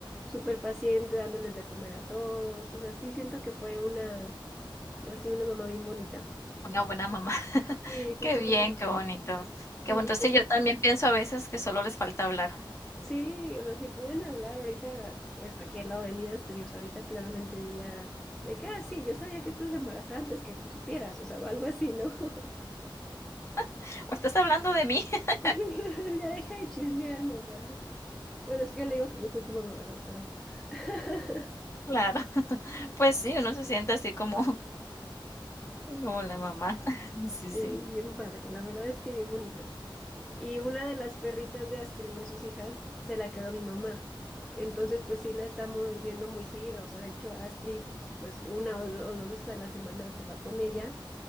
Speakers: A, in the centre; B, on the left (about 30°).
A: súper paciente, dándoles de comer a todos. O sea, sí siento que fue una, así una mamá bien bonita.
B: una buena mamá. <laughs>
A: Sí, sí,
B: Qué
A: fue
B: bien,
A: una buena-
B: qué
A: mamá.
B: bonito.
A: Sí,
B: Qué bueno Sí,
A: como-
B: yo también pienso a veces que solo les falta hablar.
A: Sí, o sea, si pueden hablar ahorita, pues aquí al lado de mí, Asturias, ahorita claramente diría de que, ah, sí, yo sabía que estás embarazada antes que tú supieras, o sea, o algo así, ¿no? <laughs>
B: <laughs> ¿O estás hablando de mí? <laughs>
A: <laughs> Ya deja de chismear, mamá. Bueno, es que yo le digo que yo soy su mamá, ¿verdad? Pero <laughs>
B: Claro. Pues sí, uno se siente así como como la mamá. <laughs> Sí,
A: sí,
B: sí.
A: bien padre. La verdad es que bien bonito. Y una de las perritas de Astrid, una de sus hijas, se la quedó mi mamá. Entonces, pues sí la estamos viendo muy seguido. O sea, de hecho, Astrid, pues una o do- o dos veces a la semana se va con ella.